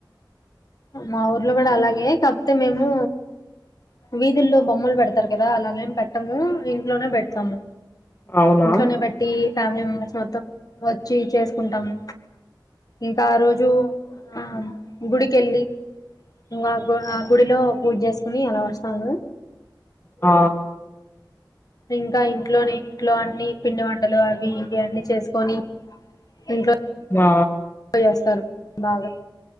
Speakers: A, on the left; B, on the left.
A: మా ఊర్లో కూడా అలాగే కాకపోతే మేము వీధిల్లో బొమ్మలు పెడుతారు కదా అలాగేం పెట్టము ఇంట్లోనే పెడుతాము
B: అవునా
A: ఇంట్లోనే పెట్టి ఫ్యామిలీ మెంబెర్స్ మొత్తం వచ్చి చేసుకుంటాము ఇంకా ఆ రోజు ఆ గుడికి వెళ్ళి ఇంకా ఆ గ్ గుడిలో పూజ చేసుకుని అలా వస్తాము
B: ఆ
A: ఇంకా ఇంట్లోనే ఇంట్లో అన్ని పిండి వంటలు అవి ఇవి అన్నీ చేసుకొని ఇంట్లో
B: ఆ
A: చేస్తారు బాగా